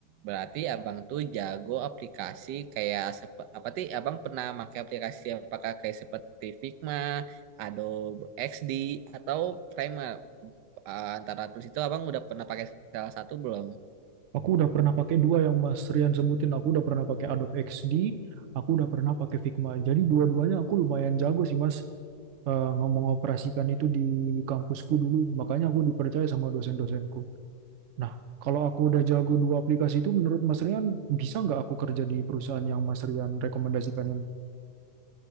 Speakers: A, on the right (about 90°); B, on the right (about 65°).
A: berarti Abang tuh jago aplikasi kayak sep- apa sih? Abang pernah pakai aplikasi apakah kayak seperti Figma? Adobe XD atau Premiere. Eh, antara tools itu Abang udah pernah pakai salah satu belum?
B: Aku udah pernah pakai dua yang Mas Rian sebutin. Aku udah pernah pakai Adobe XD, aku udah pernah pakai Figma. Jadi dua-duanya aku lumayan jago sih Mas. Eh, ngomong operasikan itu di kampusku dulu. Makanya aku dipercaya sama dosen-dosenku. Nah, kalau aku udah jago dua aplikasi itu, menurut Mas Rian, bisa nggak aku kerja di perusahaan yang Mas Rian rekomendasikan ini?